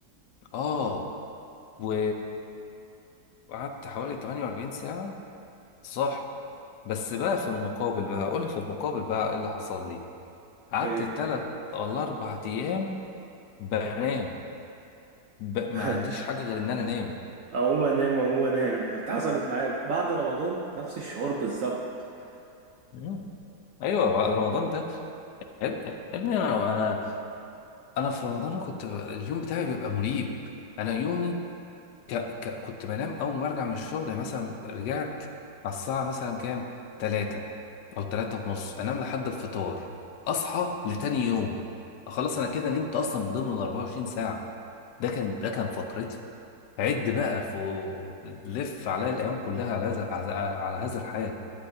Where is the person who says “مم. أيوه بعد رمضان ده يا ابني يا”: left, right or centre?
Left